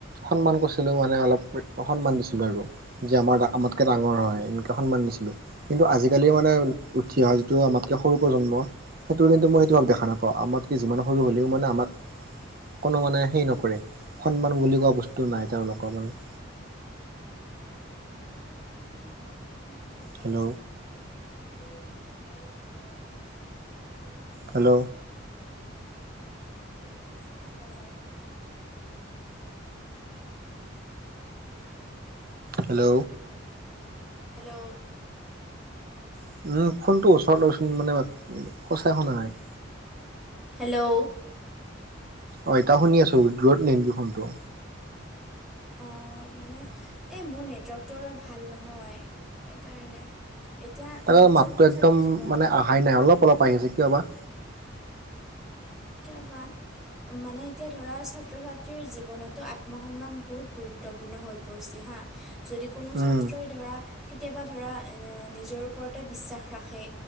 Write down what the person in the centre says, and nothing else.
<unintelligible>
নি, এতিয়া আহি পৰে অহংকাৰো আহি পৰে, কিছুমানৰ মানে বহু
তেওঁ লোকে কাজিয়া লগাই যায়।
হেল্ল'।
হেল্ল',।
অ', মানে এই মোৰ নেটৱৰ্কটো অলপ ভাল নহয় সেইকাৰণে। এতিয়া
মানে
ছাত্ৰ
ছাত্ৰীৰ জীৱনতো
কিয় বা? মানে এতিয়া ধৰা ছাত্ৰ-ছাত্ৰীৰ জীৱনতো আত্মসন্মান বহুত গুৰুত্বপূৰ্ণ হৈ পৰছে হাঁ। যদি কোনো ছাত্ৰই
ধৰা। কেতিয়াবা ধৰা এএএ', নিজৰ ওপৰতে বিশ্বাস ৰাখে